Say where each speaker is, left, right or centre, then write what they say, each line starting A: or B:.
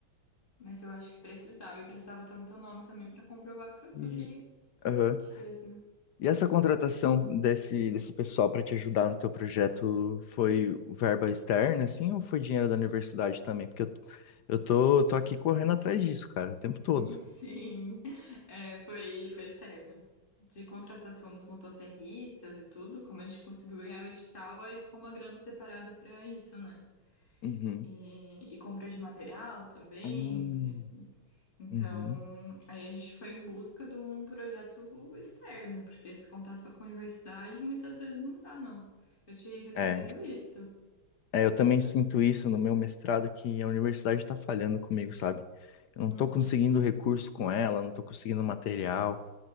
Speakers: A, on the left; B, on the left.
A: mas eu acho que precisava e precisava estar no teu nome também para comprovar que foi tu
B: E,
A: que,
B: aham.
A: que fez, né?
B: E essa contratação desse, desse pessoal para te ajudar no teu projeto foi verba externa, assim, ou foi dinheiro da universidade também? Porque eu, eu tô, tô aqui correndo atrás disso, cara, o tempo todo.
A: <laughs> Sim, É, foi, foi externo. De contratação dos motosserristas e tudo, como a gente conseguiu ganhar o edital, aí ficou uma grana separada para isso, né?
B: Uhum.
A: E, e compra de material também.
B: Hum,
A: que- Então,
B: uhum.
A: aí a gente foi em busca de um projeto externo, porque se contar só com a universidade, muitas vezes não dá, não. Eu te recomendo
B: É,
A: isso.
B: é, eu também
A: As-
B: sinto isso no meu mestrado, que a universidade está falhando comigo, sabe? Eu não estou
A: Uhum.
B: conseguindo recurso com ela, não estou conseguindo material.